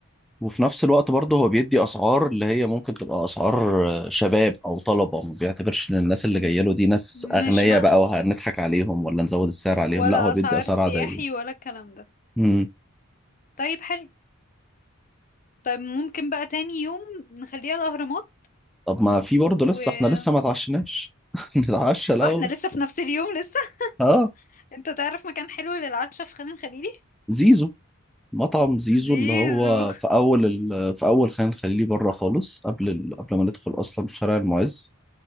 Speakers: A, in the centre; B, on the left (about 40°).
A: وفي نفس الوقت برضه هو بيدي اسعار اللي هي ممكن تبقى اسعار آه، شباب او طلبه ما بيعتبرش ان الناس اللي
B: مم.
A: جايه له دي ناس
B: مش
A: اغنياء
B: ما
A: بقى وهنضحك عليهم ولا نزود السعر عليهم
B: ولا
A: لا هو بيدي
B: اسعار
A: اسعار
B: سياحي
A: عاديه
B: ولا الكلام ده
A: امم
B: طيب حلو طيب ممكن بقى تاني يوم نخليها الأهرامات
A: طب ما في برضه
B: و
A: لسه
B: اه
A: احنا لسه ما اتعشناش <laughs> نتعشى الاول
B: احنا لسه في نفس اليوم لسه
A: اه
B: <laughs> انت تعرف مكان حلو للعشاء في خان الخليلي
A: زيزو مطعم زيزو
B: زيزو
A: اللي هو
B: <laughs>
A: في اول ال... في اول خان الخليلي بره خالص قبل ال... قبل ما ندخل اصلا في شارع المعز